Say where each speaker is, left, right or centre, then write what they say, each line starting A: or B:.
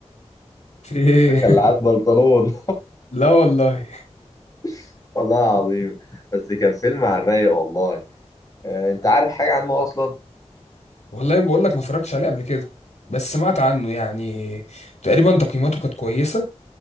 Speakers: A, on the left; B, on the left.
A: في ايه
B: <laughs> مخلعات البنطلون
A: <laughs> لا والله
B: <laughs> والله العظيم بس كان فيلم على الرايق والله آه، انت عارف حاجه عنه اصلا
A: والله بقول لك ما اتفرجتش عليه قبل كده بس سمعت عنه يعني تقريبا تقييماته كانت كويسه